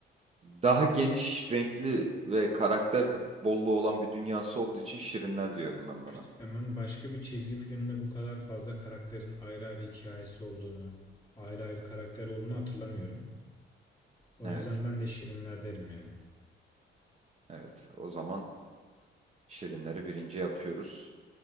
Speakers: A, on the right; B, on the left.
A: Daha geniş, renkli ve karakter bolluğu olan bir dünyası olduğu için Şirinler diyorum ben
B: gerçekten
A: buna.
B: ben başka bir çizgi filmde bu kadar fazla karakterin ayrı ayrı hikayesi olduğunu, ayrı ayrı karakter olduğunu hatırlamıyorum. O
A: Evet.
B: yüzden ben de Şirinler derim yani.
A: Evet. O zaman Şirinleri birinci yapıyoruz.